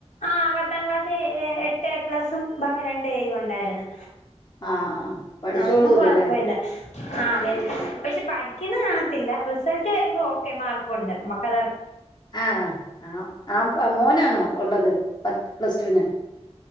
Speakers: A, on the left (about 80°); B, on the left (about 35°).
A: ആ പത്താം ക്ലാസ് എട്ട് ഏ പ്ലസും രണ്ട് ഏയും ഉണ്ടായിരുന്നു
B: ആ പഠിച്ചോളൂലല്ലേ
A: അതൊന്നും കൊഴപ്പില്ലാ ആ വ പക്ഷെ പഠിക്കുന്ന കാണത്തില്ല റിസൾട്ട് വരുമ്പോൾ ഓക്കെ മാർക്ക് കൊണ്ട് നമ്മക്ക്
B: ആഹ ആ ആ മോനാണോ ഉള്ളത് പത്ത് പ്ലസ് ടുവിന്